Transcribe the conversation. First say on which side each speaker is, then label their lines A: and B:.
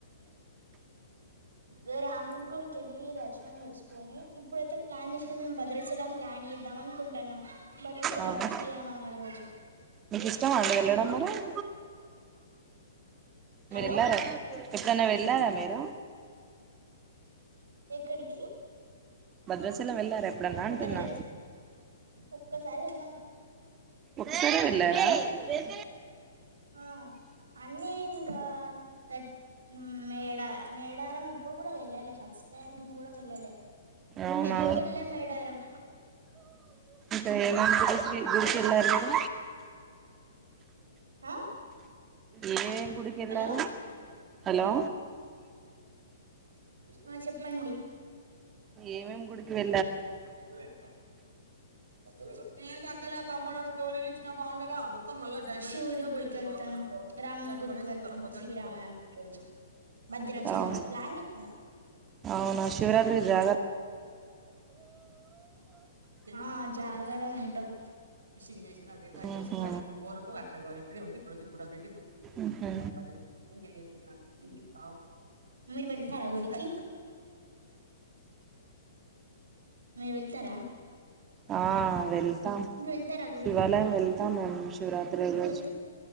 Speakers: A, on the right (about 75°); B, on the right (about 25°).
A: ఉ రాముడి గుడికి వెళ్ళి దర్శనం చేసుకొని ఇప్పుడైతే ప్లాన్ చేసినా మేము భద్రాచలం ప్లాన్ చేద్దాం అనుకుంటున్నాం భద్రాచలం
B: అవునా
A: శ్రీరామనవమి రోజు
B: మీకు ఇష్టమా అండి వెళ్ళడం
A: ఉ
B: మరి మీరు
A: హలో
B: వెళ్లారా ఎప్పుడన్నా వెళ్ళారా మీరు
A: ఎక్కడికి
B: భద్రాచలం వెళ్ళారా ఎ ఎప్పుడన్నా అంటున్నా
A: భద్రాచలం ఒక్కసారి వెళ్ళాం
B: ఒకసారే వెళ్ళారా <unintelligible>
A: ఆ అన్నీ ఇంకా నె ఊ మేడ మేడారం ఇప్పుడు కూడా వెళ్ళలే ఫస్ట్ టైం కూడా వెళ్ళలే
B: అవునా
A: ఎప్పుడుకి వెళ్ళే మేడారం
B: ఏమేమ్ గుడీకి గుడికి ఎళ్ళారండి
A: ఆ
B: ఏ ఏం గుడికి ఎల్లారు
A: హలో
B: హలో
A: ఆ చెప్పండి
B: ఏమేమ్ గుడికి వె
A: తగ్గలే ఇంకా ఆ తగలేదా ఏ తగ్గలే తమ్ముడా గోళీలు ఇచ్చిన బండుగా ఆ మొత్తం మళ్ళ <unintelligible> శివుడి గుడికి వెళ్తాం రం గుడికి వెళ్తాం శ్రీరామనం రోజు భద్రాచలం
B: అవును
A: ప్లాన్ <unintelligible>
B: అవునా శివరాత్రి జాగరం
A: ఆ జాగరం ఉంటాం ఫిషిగ్ చేసిన డేఠాలు
B: ఉహు
A: లేసిన బోరకుాట్ <unintelligible> అక్కడి ఉంది కూడా పెట్టి చూసి
B: ఉహు
A: <unintelligible> మీరు వెళ్తారా గుడికి మీరు వెళ్తారా
B: ఆ వెళ్తాం
A: మీరు వెళ్తారా గుడికి
B: శివాలయం వెళ్తాం మేము శివరాత్రి రోజు
A: వెళ్తారు